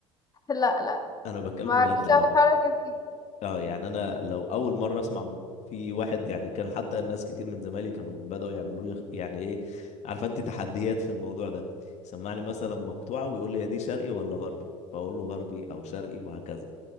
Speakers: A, on the left; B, on the left.
A: لا لا
B: انا بتكلم
A: ما اعرفش
B: بجد على
A: أعمل الحركة
B: فكرة
A: دي
B: اه يعني انا لو اول مرة اسمع م- في واحد يعني كان حتى الناس كتير من زمايلي كانوا بدأوا يعملوا لي خ- يعني ايه عارفه انت تحديات في الموضوع ده يسمعني مثلا مقطوعة ويقول لي هي دي شرقي ولا غربي فاقول له غربي او شرقي وهكذا